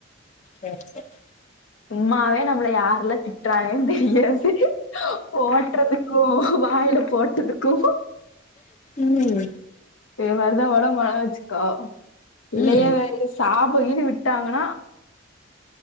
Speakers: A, on the left; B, on the left.
A: சேர் சேரி
B: சும்மாவே நம்மள யார்ல்லா திட்றாங்கன் தெரியாது ஓட்றது க்கு வாய்ல போட்டதுக்கு
A: ம்
B: இதே மார் தா ஒடம்பு அழகா வச்சுக்கோ இல்லயே
A: ம்
B: <unintelligible> சாபோ கீது விட்டாங்கன்னா